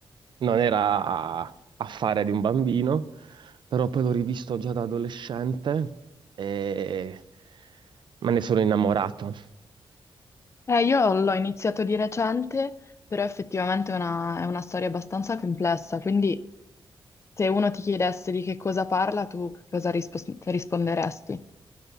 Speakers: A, on the right; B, on the left.
A: non era affare di un bambino però poi l'ho rivisto già da adolescente e me ne sono innamorato.
B: Eh, io l'ho iniziato di recente, però effettivamente è una, è una storia abbastanza complessa, quindi Se uno ti chiedesse di che cosa parla, tu che cosa rispos- risponderesti?